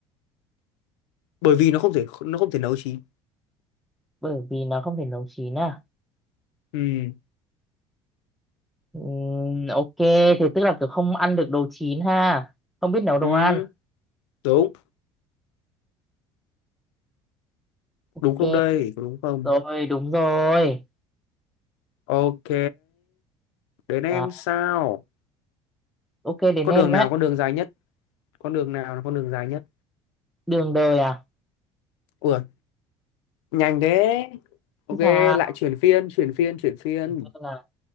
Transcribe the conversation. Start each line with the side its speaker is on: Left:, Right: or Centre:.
Left: Bởi vì nó không thể nó không thể nấu chín
Centre: Bởi vì nó không thể nấu chín à?
Left: Ừ
Centre: Ừm, ok, thế tức là kiểu không ăn được đồ chín ha. Không biết nấu đồ
Left: ừ
Centre: ăn.
Left: đúng
Centre: Ok.
Left: Đúng không đây có đúng không
Centre: rồi đúng rồi
Left: Ok Đến em
Centre: là
Left: sao
Centre: ok đến
Left: Con
Centre: em
Left: đường
Centre: đấy
Left: nào con đường dài nhất Con đường nào là con đường dài nhất
Centre: đường đời à
Left: Ủa nhanh thế Ok
Centre: chứ sao
Left: lại chuyển phiên chuyển phiên chuyển phiên
Centre: Vâng là